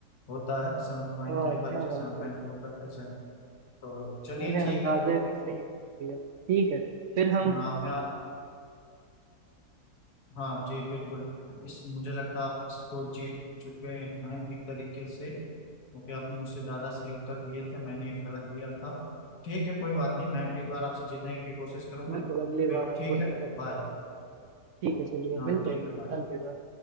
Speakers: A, on the left; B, on the right.
A: होता है सेवन पॉइंट
B: वाह
A: थ्री फाइव
B: क्या
A: से सेवन
B: बात
A: पॉइंट
B: है
A: फोर तक ऐसे तो चलिए
B: मैंने
A: ठीक
B: अंदाजे
A: है तो
B: में सही जवाब दिया ठीक है फिर हम
A: आपने हाँ हाँ जी बिल्कुल इस मुझे लगता है आप इसको जीत चुके हैं एक तरीके से क्योंकि आपने मुझसे ज्यादा सही उत्तर दिए थे मैंने एक गलत दिया था ठीक है कोई बात नहीं मैं अगली बार आपसे जीतने की कोशिश करूंगा
B: बिल्कुल अगली
A: फिर
B: बार आप
A: ठीक
B: कोशिश
A: है
B: करेंगे
A: बाय
B: ठीक है चलिए
A: हाँ
B: मिलते
A: ठीक
B: हैं
A: है
B: फिर
A: बाय
B: अलविदा